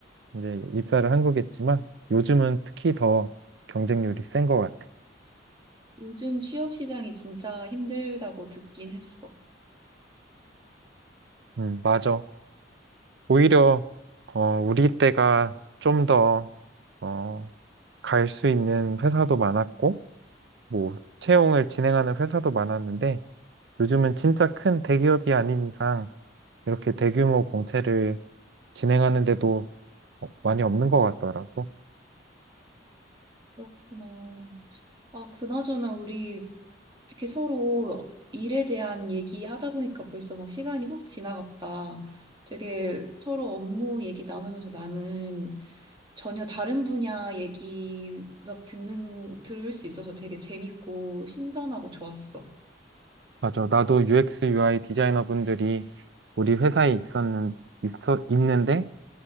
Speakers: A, on the right (about 70°); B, on the right (about 25°).
A: 이제 입사를 한 거겠지만 요즘은 특히 더 경쟁률이 센 것 같아.
B: 요즘 취업 시장이 진짜 힘들다고 듣긴 했어.
A: 음, 맞아. 오히려 어, 우리 때가 좀 더 어, 갈 수 있는 회사도 많았고 뭐 채용을 진행하는 회사도 많았는데 요즘은 진짜 큰 대기업이 아닌 이상 이렇게 대규모 공채를 진행하는데도 많이 없는 것 같더라고.
B: 그렇구나. 아, 그나저나 우리 이렇게 서로 일에 대한 얘기하다 보니까 벌써 막 시간이 훅 지나갔다. 되게 서로 업무 얘기 나누면서 나는 전혀 다른 분야 얘기 막 듣는, 들을 수 있어서 되게 재밌고 신선하고 좋았어.
A: 맞아. 나도 UX, UI 디자이너분들이 우리 회사에 있었는, 있어, 있는데,